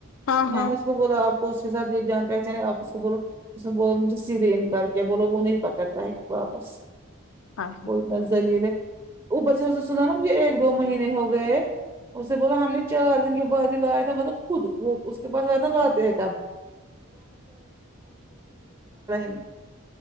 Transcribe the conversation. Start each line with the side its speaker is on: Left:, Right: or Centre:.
Left: ہاں
Right: میں
Left: ہاں
Right: نے اس کو بولا آپ اس کے ساتھ یہ جان پہچان ہے آپ اس کو بولو اس نےب مجھے سیدھے انکار کیا بولو وہ نہیں پکڑ لائی واپس
Left: ہاں
Right: وہ بس ذلیل ہے اوپر سے اس سنا نا مجھے ایک دو مہینے ہو گئے اسے بولا ہم نے چار دن کے بعد ہی لایا تھا مطلب خود وہ اس کے پاس آ نا لاتے ہیں <unintelligible>